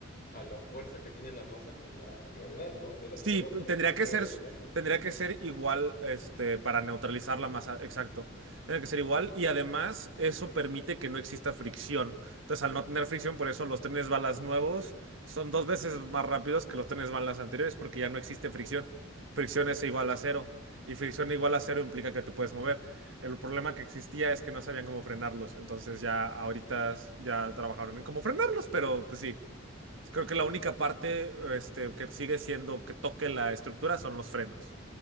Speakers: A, on the left; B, on the right.
A: a la fuerza que tiene la masa con la gravedad, ¿no? De la
B: Sí,
A: Tierra
B: p-
A: para
B: tendría
A: que se
B: que
A: quede
B: ser,
A: levitando.
B: s- tendría que ser igual, este, para neutralizarla más, masa, exacto. Tendría que ser igual y además eso permite que no exista fricción. Entonces, al no tener fricción, por eso los trenes balas nuevos son dos veces más rápidos que los trenes balas anteriores porque ya no existe fricción. Fricción es
A: Ajá.
B: igual a cero y fricción igual a cero implica que te puedes mover. El problema que existía es que no sabían cómo frenarlos, entonces ya ahorita s- ya trabajaron en cómo frenarlos, pero pues sí. Creo que la única parte este, que sigue siendo que toque la estructura son los frenos.